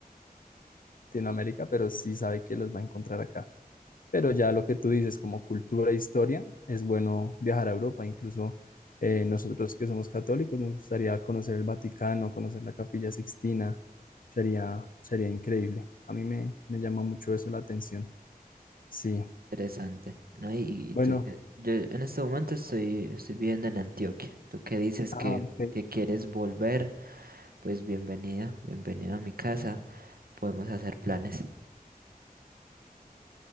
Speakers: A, on the left; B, on the right.
A: en América, pero sí sabe que los va a encontrar acá. Pero ya lo que tú dices, como cultura e historia, es bueno viajar a Europa. Incluso eh, nosotros que somos católicos, nos gustaría conocer el Vaticano, conocer la Capilla Sixtina. Sería, sería increíble. A mí me, me llama mucho eso la atención. Sí.
B: Interesante, ¿no? Y,
A: Bueno,
B: y tú, eh, yo en este momento estoy, estoy viviendo en Antioquia. Tú que dices
A: ah,
B: que,
A: ok.
B: que quieres volver, pues bienvenido, bienvenido a mi casa. Podemos hacer planes. <laughs>